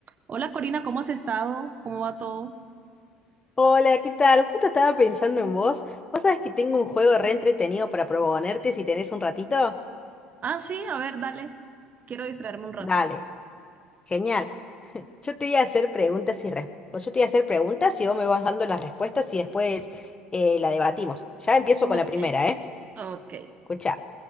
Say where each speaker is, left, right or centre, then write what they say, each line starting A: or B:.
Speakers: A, on the right; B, on the left.
A: Hola Corina, ¿cómo has estado? ¿Cómo va todo?
B: Hola, ¿qué tal? Justo estaba pensando en vos. ¿Vos sabés que tengo un juego re entretenido para proponerte si tenés un ratito?
A: Ah, sí, a ver, dale. Quiero distraerme un rato.
B: Dale, genial. Yo te voy a hacer preguntas y res- pues Yo te voy a hacer preguntas y vos me vas dando las respuestas y después eh, la debatimos. Ya empiezo
A: Ok,
B: con la primera, ¿eh?
A: ok.
B: Escuchá,